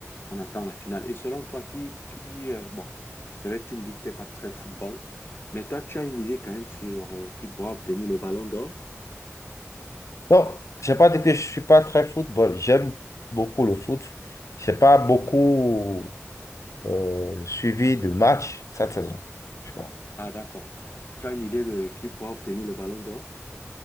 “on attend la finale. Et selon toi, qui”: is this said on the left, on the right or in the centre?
Left